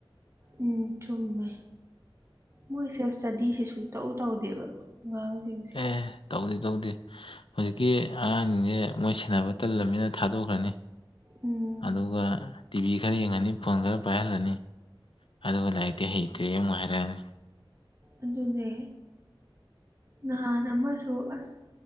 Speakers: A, on the right; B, on the left.
A: ꯎꯝ ꯆꯨꯝꯃꯦ ꯃꯣꯏ ꯁꯦꯜꯐ ꯏꯁꯇꯗꯤꯁꯦ ꯁꯨꯡꯇꯧ ꯇꯧꯗꯦꯕ ꯑꯉꯥꯡꯁꯤꯡꯁꯦ
B: ꯑꯦ ꯇꯧꯗꯦ ꯇꯧꯗꯦ ꯍꯧꯖꯤꯛꯀꯤ ꯑꯉꯥꯡꯁꯤꯡꯁꯦ ꯃꯣꯏ ꯁꯦꯟꯅꯕ ꯇꯜꯂꯃꯤꯅ ꯊꯥꯗꯣꯛꯈ꯭ꯔꯅꯤ
A: ꯎꯝ
B: ꯑꯗꯨꯒ ꯇꯤꯚꯤ ꯈꯔ ꯌꯦꯡꯍꯟꯅꯤ ꯐꯣꯟ ꯈꯔ ꯄꯥꯏꯍꯜꯂꯅꯤ ꯑꯗꯨꯒ ꯂꯥꯏꯔꯤꯛꯇꯤ ꯍꯩꯇ꯭ꯔꯦ ꯑꯃꯨꯛ ꯍꯥꯏꯔꯛꯑꯅꯤ
A: ꯑꯗꯨꯅꯦ ꯅꯍꯥꯟ ꯑꯃꯁꯨ ꯑꯁ